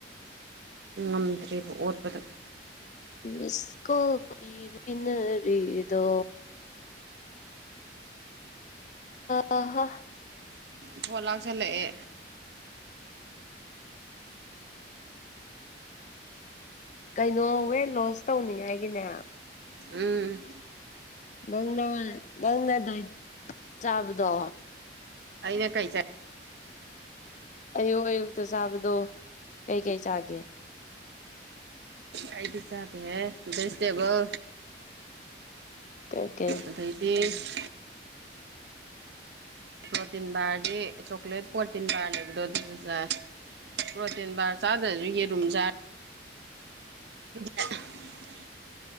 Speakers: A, on the right (about 65°); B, on the left (about 40°).
A: ꯉꯝꯗ꯭ꯔꯤꯕꯔꯤꯕ ꯑꯣꯠꯄꯗ
B: ꯃꯤꯁꯀꯣꯅꯔꯤꯗ ꯑ ꯍ
A: ꯄꯣꯠ ꯂꯥꯛꯁꯜꯂꯛꯑꯦ
B: ꯀꯩꯅꯣ ꯋꯦꯠ ꯂꯣꯟꯁ ꯇꯧꯅꯤꯡꯉꯥꯏꯒꯤꯅꯦ
A: ꯎꯝ
B: ꯅꯪꯅ ꯅꯪꯅ ꯗꯥꯏ ꯆꯥꯕꯗꯣ
A: ꯑꯩꯅ ꯀꯩ ꯆꯥꯢ
B: ꯑꯌꯨꯛ ꯑꯌꯨꯛꯇ ꯆꯥꯕꯗꯣ ꯀꯩꯀꯩ ꯆꯥꯒꯦ
A: ꯑꯩꯗꯤ ꯆꯥꯗꯦꯍꯦ ꯚꯦꯖꯤꯇꯦꯕꯜ
B: ꯀ ꯀꯩ
A: ꯑꯗꯩꯗꯤ ꯄ꯭ꯔꯣꯔꯇꯤꯟ ꯕꯥꯔꯗꯤ ꯆꯣꯀ꯭ꯂꯦꯠ ꯄ꯭ꯔꯣꯔꯇꯤꯟ ꯕꯥꯔ ꯂꯩꯕꯗꯣ ꯑꯗꯨꯗꯨꯖꯥ ꯄ꯭ꯔꯣꯇꯦꯟ ꯕꯥꯔ ꯆꯥꯗ꯭ꯔꯁꯨ ꯌꯦꯔꯨꯝ ꯆꯥꯔ <inaudible>